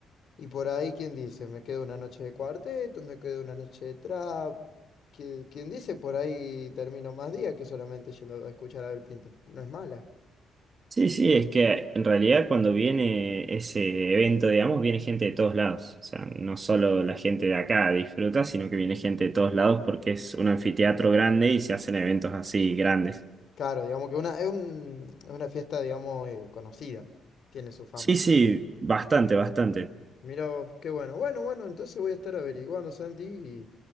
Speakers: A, on the left; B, on the right.
A: y por ahí, ¿quién dice? Me quedo una noche de cuarteto, me quedo una noche de trap. ¿Qui- ¿Quién dice? Por ahí termino más días que solamente yendo a escuchar a Abel Pinto. No es mala.
B: Sí, sí, es que en realidad cuando viene ese evento, digamos, viene gente de todos lados. O sea, no solo la gente de acá disfruta, sino que viene gente de todos lados porque es un anfiteatro grande y se hacen eventos así grandes.
A: Claro, digamos que una, es, un- es una fiesta, digamos, eh, conocida. Tiene su fama.
B: Sí, sí, bastante, bastante.
A: Mira vos, qué bueno. Bueno, bueno, entonces voy a estar averiguando, Santi, y,